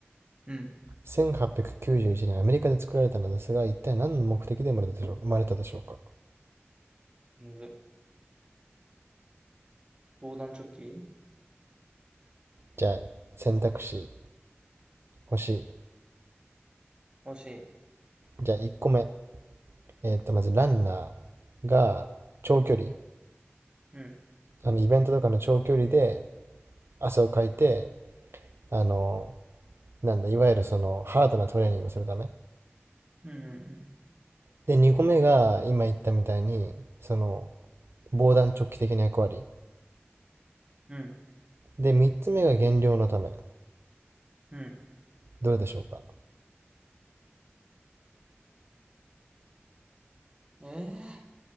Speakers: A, on the right; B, on the right.
A: うん。
B: 1891年アメリカで作られたのですが、一体何の目的で生まれたでしょう生まれたでしょうか
A: むず。防弾チョッキ
B: じゃあ、選択肢欲しい。
A: 惜しい。
B: じゃあ、1個目。えっと、まず、ランナーが長距離、
A: うん。
B: あの、イベントとかの長距離で汗をかいて、あの、なんだ、いわゆるその、ハードなトレーニングをするため。
A: うん
B: で、2個目が、今言ったみたいに、その、防弾チョッキ的な役割。
A: うんうん。
B: で、3つ目が減量のため。
A: うん。
B: どれでしょうかっ
A: うん。ええ